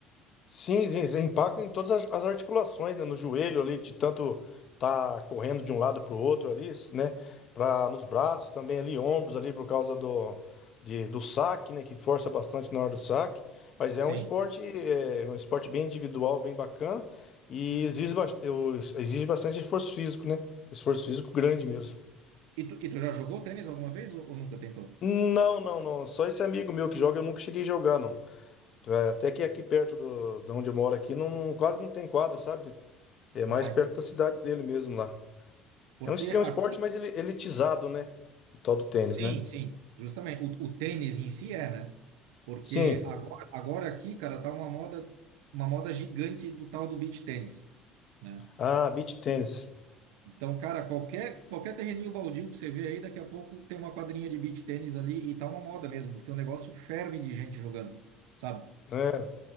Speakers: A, on the left (about 45°); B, on the right (about 85°).
A: Sim, sim, impacta em todas as, as articulações, né? No joelho ali, de tanto tá correndo de um lado para o outro ali, né? Pra, nos braços também ali, ombros ali, por causa do, de, do saque, né? Que força bastante na hora do saque. Mas é
B: Sim,
A: um esporte,
B: sim.
A: é, um esporte bem individual, bem bacana. E exige, bas- eu- exige bastante esforço físico, né? Esforço físico grande mesmo.
B: E tu, e tu já jogou tênis alguma vez ou, ou nunca tentou?
A: Não, não, não. Só esse amigo meu que joga, eu nunca cheguei a jogar, não. É, Até que aqui perto do, de onde eu moro aqui, não, não- quase não tem quadra, sabe? É mais
B: Ah,
A: perto
B: entendi.
A: da cidade dele mesmo lá.
B: Porque
A: É um, es- é um
B: aqui,
A: esporte mais ele- elitizado, né? O tal do tênis,
B: sim,
A: né?
B: sim, justamente, o, o tênis em si é, né? Porque
A: Sim.
B: agora, agora aqui, cara, tá uma moda, uma moda gigante do tal do beach tênis, né?
A: Ah, beach tênis.
B: Então, cara, qualquer, qualquer terreninho baldio que você vê aí, daqui a pouco tem uma quadrinha de beach tênis ali e tá uma moda mesmo, porque o negócio ferve de gente jogando, sabe?
A: É.